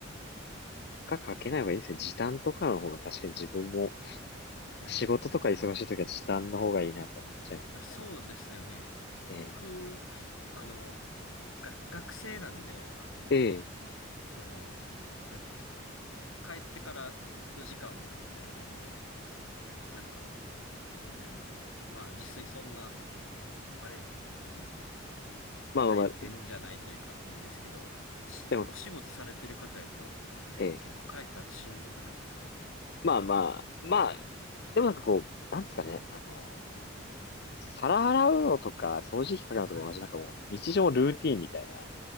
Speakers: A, on the left; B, on the left.
A: 負荷かけない方がいいですね。時短とかの方が確かに自分も
B: はい。
A: 仕事とか忙しい時は時短の方がいいなと思っちゃいますね。
B: あ、そうですよね。
A: え
B: 僕、あの、が、学生なんで、あの、
A: えええ
B: その、なんていうんですか、帰ってからの時間は全然あるので、なんか、全然、まあ、自炊そんな、あれ、なんていうんですか、
A: まあまあまあ、
B: 大変じゃないというか、ですけど、しお仕事されてる方やと、
A: でも、ええ
B: 結構帰った後しんどくないですか
A: まあまあ、まあ、でもなんかこう、なんですかね。あの、皿洗うのとか、
B: はい。
A: 掃除機かけるのとか同じなんかもう、
B: はい。
A: 日常のルーティンみたいな、